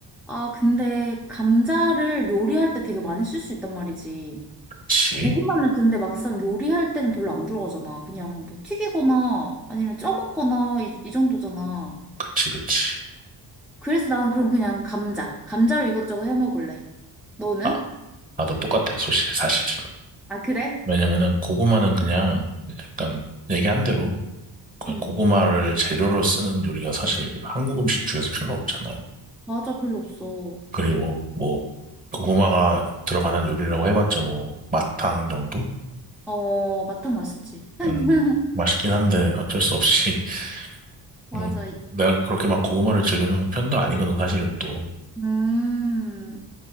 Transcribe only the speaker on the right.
그치.
그치, 그치.
아, 나도 똑같아, 소식, 사실.
왜냐면은, 고구마는
그냥, 약간, 얘기한 대로, 그
고구마를 재료로 쓰는 요리가 사실 한국 음식 중에서 별로 없잖아.
그리고, 뭐, 고구마가 들어가는 요리라고 해봤자, 뭐, 마탕 정도?
음, 맛있긴 한데 어쩔 수 없이 <laughs>
뭐 내가 그렇게 막 고구마를 즐기는 편도 아니거든 사실은 또.